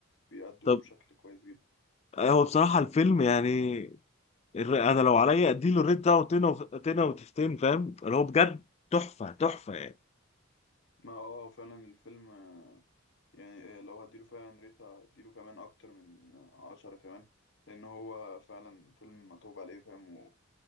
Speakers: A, on the left; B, on the left.
A: بيأدوا
B: طب
A: بشكل كويس جدا
B: هو بصراحه الفيلم يعني الر- انا لو عليا اديله الريت ده وتنه وف- تنه وتفتين فاهم اللي هو بجد تحفه تحفه يعني
A: ما اه فعلا الفيلم يعني آه، لو هديله فعلا ريت هديله كمان اكتر من عشرة كمان لان هو فعلا فيلم متعوب عليه فاهم و-